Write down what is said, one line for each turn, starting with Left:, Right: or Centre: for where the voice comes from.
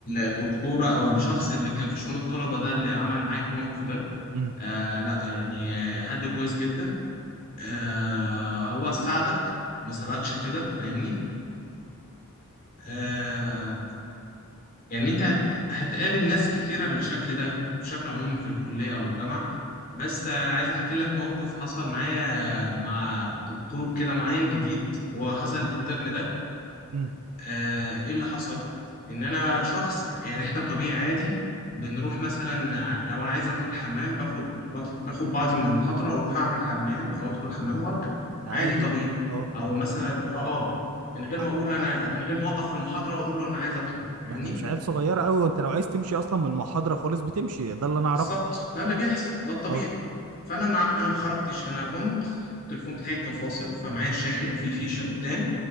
Left: الدكتوره او الشخص اللي كان في شؤون الطلبه ده اللي عمل معاك الموقف ده
Right: امم
Left: آه لا يعني حد كويس جدا آه هو ساعدك ما سابكش كده فاهمني آه يعني انت هت- هتقابل ناس كتيرة بالشكل ده بشكل عمومي في الكلية او الجامعة بس آه، عايز احكي لك موقف حصل معايا مع دكتور كده معين جديد وحصل الترم ده
Right: امم
Left: آه، ايه اللي حصل ان انا شخص يعني احنا طبيعي عادي بنروح مثلا ع- لو انا عايز اروح الحمام باخد بط- باخد بعضي من المحاضره واروح اعمل حمام او ادخل الحمام وارجع
Right: عادي
Left: عادي طبيعي
Right: اه
Left: او مثلا اه من غير
Right: ع-
Left: ما اقول انا من غير ما اوقف المحاضره واقول له انا عايز اطلع فاهمني
Right: احنا مش عيال صغيره قوي وانت لو عايز تمشي اصلا من المحاضره خالص بتمشي ده اللي انا اعرفه
Left: بالظبط ده اللي بيحصل ده الطبيعي
Right: اه
Left: فانا مع... انا ما خرجتش انا قمت التليفون بتاعي كان فاصل فمعايا الشاحن وفي فيشه قدام